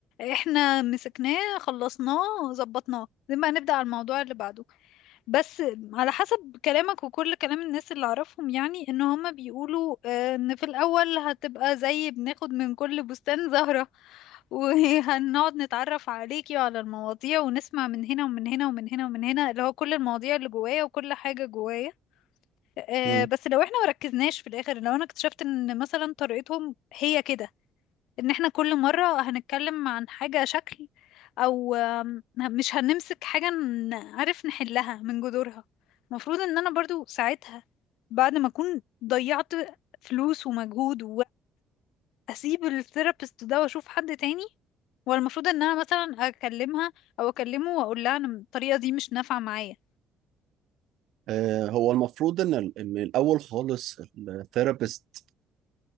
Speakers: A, on the left; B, on the right.
A: احنا مسكناه خلصناه ظبطناه زي ما هنبدأ على الموضوع اللي بعده بس على حسب كلامك وكل كلام الناس اللي اعرفهم يعني ان هما بيقولوا آه، ان في الاول هتبقى زي بناخد من كل بستان زهرة <laughs> وهنقعد نتعرف عليكي وعلى المواضيع ونسمع من هنا ومن هنا ومن هنا ومن هنا اللي هو كل المواضيع اللي جوايا وكل حاجة جوايا آه،
B: مم.
A: بس لو احنا مركزناش في الاخر لو انا اكتشفت ان مثلا طريقتهم هي كده ان احنا كل مرة هنتكلم عن حاجة شكل او آم، مش هنمسك حاجة نعرف نحلها من جذورها المفروض ان انا برضو ساعتها بعد ما اكون ضيعت فلوس ومجهود واسيب الثيرابيست ده واشوف حد تاني ولا المفروض ان انا مثلا اكلمها او اكلمه واقول لها انا الطريقة دي مش نافعة معايا
B: آه، هو المفروض ان ال- ان الاول خالص الثيرابيست